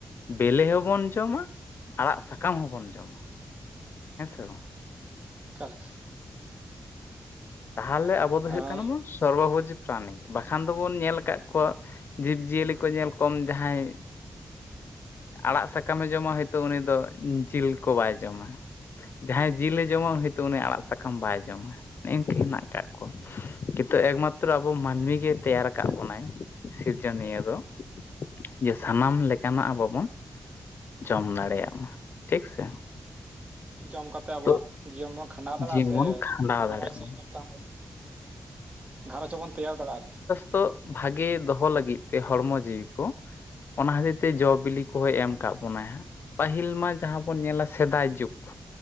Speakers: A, on the left; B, on the right.
A: ᱵᱮᱞᱮ ᱦᱚᱸᱵᱚᱱ ᱡᱚᱢᱟ ᱟᱲᱟᱜ ᱥᱟᱠᱟᱢ ᱦᱚᱸᱵᱚᱱ ᱡᱚᱢᱟ ᱦᱮᱸ ᱥᱮ ᱵᱟᱝ
B: ᱚᱠᱟ ᱞᱮᱠᱟ
A: ᱛᱟᱦᱚᱞᱮ ᱟᱵᱚ ᱫᱚ ᱦᱩᱭᱩᱜ
B: ᱟᱨ
A: ᱠᱟᱱᱟ ᱵᱚᱱ ᱥᱚᱨᱵᱚᱚᱵᱳᱡᱤ ᱯᱨᱟᱱᱤ ᱵᱟᱠᱷᱟᱱ ᱫᱚᱵᱚᱱ ᱧᱮᱞ ᱟᱠᱟᱫ ᱠᱚᱣᱟ ᱡᱤᱵᱽᱡᱤᱭᱟᱹᱞᱤ ᱠᱚ ᱧᱮᱞ ᱠᱚᱢ ᱡᱟᱦᱟᱸᱭ ᱟᱲᱟᱜ ᱥᱟᱠᱟᱢᱮ ᱡᱚᱢᱟ ᱦᱚᱳᱭᱛᱳ ᱩᱱᱤ ᱫᱚ ᱡᱤᱞ ᱠᱚ ᱵᱟᱭ ᱡᱚᱢᱟ ᱡᱟᱦᱟᱸᱭ ᱡᱤᱞᱮ ᱡᱚᱢᱟ ᱩᱱᱤ ᱦᱚᱣᱛᱳ ᱩᱱᱤ ᱟᱲᱟᱜ ᱥᱟᱠᱟᱢ ᱵᱟᱭ ᱡᱚᱢᱟ ᱱᱮᱜ ᱱᱤᱝᱠᱟᱹ ᱦᱮᱱᱟᱜ ᱟᱠᱟᱫ ᱠᱚᱣᱟ ᱠᱤᱱᱛᱩ ᱮᱠᱢᱟᱛᱨᱚ ᱟᱵᱚ ᱢᱟᱹᱱᱢᱤ ᱜᱮ ᱛᱮᱭᱟᱨ ᱟᱠᱟᱫ ᱵᱚᱱᱟᱭ ᱥᱤᱨᱡᱚᱱᱤᱭᱟᱹ ᱫᱚ ᱡᱮ ᱥᱟᱱᱟᱢ ᱞᱮᱠᱟᱱᱟᱜ ᱟᱵᱚ ᱵᱚᱱ ᱡᱚᱢ ᱫᱟᱲᱮᱭᱟᱜ ᱢᱟ ᱴᱷᱤᱠ ᱥᱮ
B: ᱡᱚᱢ ᱠᱟᱛᱮ ᱟᱵᱚᱣᱟᱜ
A: ᱛᱚ
B: ᱡᱤᱭᱚᱱ ᱵᱚᱱ ᱠᱷᱟᱸᱰᱟᱣ ᱫᱟᱲᱮᱭᱟᱜᱼᱟ
A: ᱡᱤᱵᱚᱱ
B: ᱥᱮ
A: ᱠᱷᱟᱸᱰᱟᱣ
B: ᱨᱚᱢᱚᱡ
A: ᱫᱟᱲᱮᱭᱟᱜ
B: ᱥᱟᱺᱦᱤᱡ
A: ᱢᱟ
B: ᱢᱤᱫᱴᱟᱝ ᱵᱚᱱ ᱜᱸᱷᱟᱨᱚᱧᱡᱽ ᱦᱚᱸᱵᱚᱱ ᱛᱮᱭᱟᱨ ᱫᱟᱲᱮᱭᱟᱜᱼᱟ ᱟᱨᱠᱤ
A: ᱛᱚ ᱵᱷᱟᱜᱮ ᱫᱚᱦᱚ ᱞᱟᱹᱜᱤᱫ ᱛᱮ ᱦᱚᱲᱢᱚ ᱡᱤᱣᱤ ᱠᱚ ᱚᱱᱟ ᱠᱷᱟᱹᱛᱤᱨ ᱛᱮ ᱡᱚ ᱵᱤᱞᱤ ᱠᱚᱦᱚᱸᱭ ᱮᱢ ᱟᱠᱟᱫ ᱵᱚᱱᱟᱭ ᱦᱟᱸᱜ ᱯᱟᱹᱦᱤᱞ ᱢᱟ ᱡᱟᱦᱟᱸ ᱵᱚᱱ ᱧᱮᱞᱟ ᱥᱮᱫᱟᱭ ᱡᱩᱜᱽ